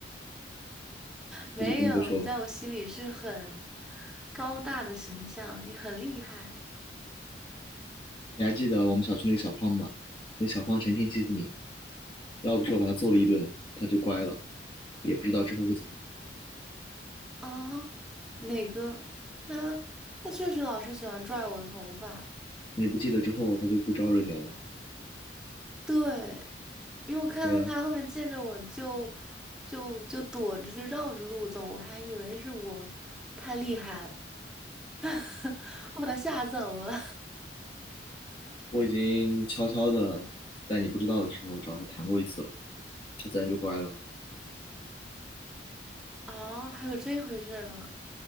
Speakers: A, in the centre; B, on the left.
A: 没有，
B: 这就不用多说了。
A: 你在我心里是很高大的形象，你很厉害
B: 你还记得我们小区那个小胖吧？那小胖成天欺负你。要不是我把他揍了一顿，他就乖了，也不知道之后会怎么样。
A: 啊。哪个？他他确实老是喜欢拽我的头发，
B: 你不记得之后他就不招惹你了吗？
A: 对，因为我看到他后面见着我就
B: 对啊，
A: 就就躲着，就绕着路走，我还以为是我太厉害了，<laughs> 我把他吓走了。
B: 我已经悄悄的在你不知道的时候找他谈过一次了，他自然就乖了。
A: <laughs> 哦，还有这回事儿呢。